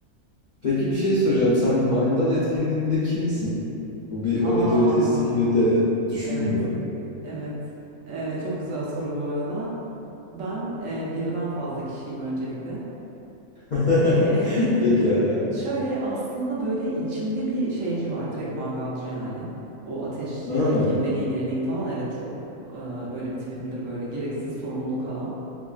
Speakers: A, on the left (about 55°); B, on the right (about 65°).
A: <laughs> Peki bir şey soracağım. Sen mangal etkinliğinde kimsin?
B: <laughs>
A: Bu bir o
B: Aa,
A: ne diyor testi gibi de düşündün
B: evet,
A: mü?
B: evet. Eee, çok güzel soru bu arada. Ben eee, birden fazla kişiyim öncelikle.
A: <laughs>
B: Ee,
A: Pekala.
B: <laughs> şöyle aslında böyle içimde bir şeyci var. Direkt mangalcı yani. O ateşi
A: Ha.
B: yakayım ben ilgileneyim falan. Evet çok e, öyle bir tipimdir böyle gereksiz sorumluluk alan.